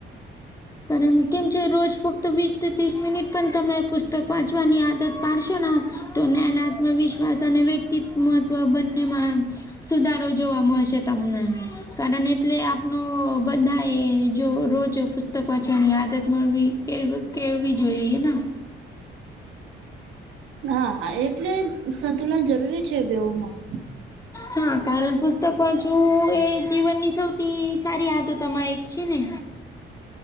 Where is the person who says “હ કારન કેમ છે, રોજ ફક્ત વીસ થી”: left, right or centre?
Left